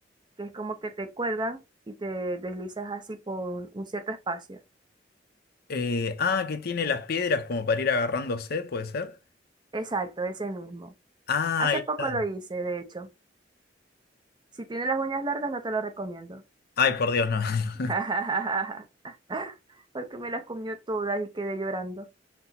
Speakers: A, on the right (about 25°); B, on the left (about 55°).
A: que es como que te cuelgan y te deslizas así por un cierto espacio.
B: Eh, ah, que tiene las piedras como para ir agarrándose, ¿puede ser?
A: Exacto, ese mismo.
B: Ah,
A: Hace
B: ahí está.
A: poco lo hice, de hecho. Si tienes las uñas largas, no te lo recomiendo.
B: Ay, por Dios, no. <laughs>
A: <laughs> Porque me las comió todas y quedé llorando.